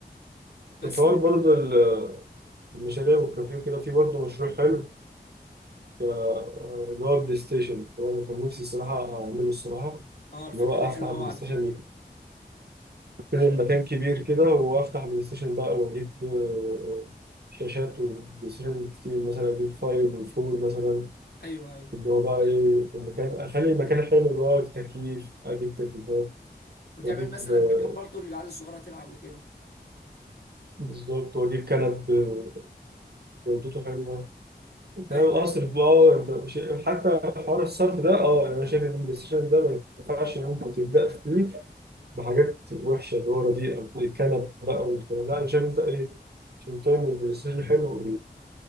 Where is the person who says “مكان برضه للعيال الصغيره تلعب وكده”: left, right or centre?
Left